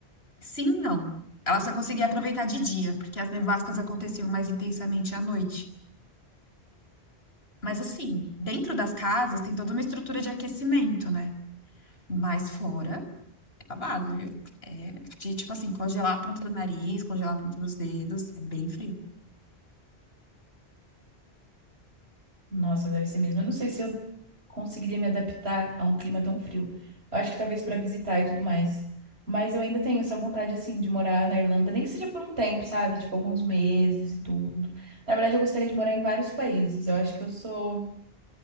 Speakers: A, on the left; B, on the right.
A: Sim, não. Ela só conseguia aproveitar de dia, porque as nevascas aconteciam mais intensamente à noite. Mas assim, dentro das casas tem toda uma estrutura de aquecimento, né? Mas fora, é babado, viu? É de, tipo assim, congelar a ponta do nariz, congelar a ponta dos dedos. É bem frio.
B: Nossa, deve ser mesmo. Eu não sei se eu conseguiria me adaptar a um clima tão frio. Eu acho que talvez para visitar e tudo mais. Mas eu ainda tenho essa vontade, assim, de morar na Irlanda, nem que seja por um tempo, sabe? Tipo, alguns meses e tudo. Na verdade, eu gostaria de morar em vários países. Eu acho que eu sou.